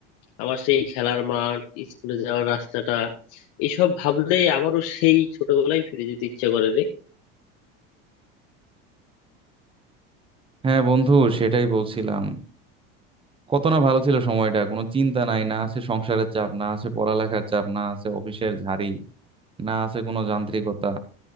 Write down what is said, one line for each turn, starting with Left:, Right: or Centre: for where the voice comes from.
Left: আমার সেই খেলার মাঠ স্কুলে যাওয়ার রাস্তাটা এসব ভাবলেই আবারও সেই ছোটবেলায় ফিরে যেতে ইচ্ছে করে রে
Right: হ্যাঁ বন্ধু সেটাই বলছিলাম কত না ভালো ছিল সময়টা কোনো চিন্তা নাই না আছে সংসারের চাপ না আছে পড়ালেখার চাপ না আছে অফিসের ঝাড়ি না আছে কোনো যান্ত্রিকতা